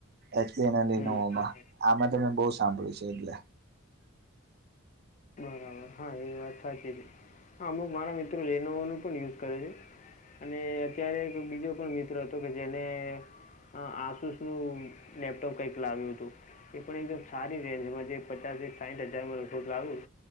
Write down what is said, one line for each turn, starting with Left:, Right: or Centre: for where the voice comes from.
Right: એચપી અને લેનોવોમાં
Left: હમ હમ
Right: આમાં તમે બહુ સાંભળ્યું છે એટલે.
Left: બરાબર હા એ વાત સાચી છે. હહ અમુક મારા મિત્રો લેનોવોનું પણ યુઝ કરે છે. અને અત્યારે એક બીજો પણ મિત્ર હતો કે જેને હહ આસુસનું લેપટોપ કંઈક લાવ્યું તું. એ પણ એકદમ સારી રેન્જમાં જે પચાસથી સાઈઠ હજારમાં લગભગ લાવ્યું.